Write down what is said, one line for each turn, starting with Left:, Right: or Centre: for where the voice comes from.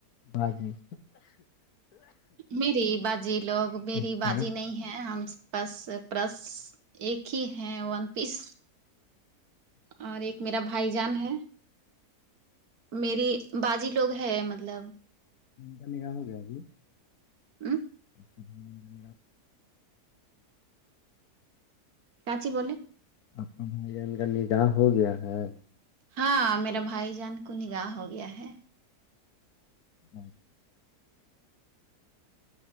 Left: باجی
Right: میری باجی لوگ میری
Left: ہوں
Right: باجی نہیں ہیں ہم بس پرس ایک ہی ہے ون پیس اور ایک میرا بھائی جان ہے میری باجی لوگ ہے مطلب
Left: م نیا ہو گیا جی
Right: اوں
Left: جی
Right: کاچی بولے
Left: آپ کے بھائی جان کا نگاہ ہو گیا ہے
Right: ہاں میرا بھائی جان کو نگاہ ہو گیا ہے
Left: اچھا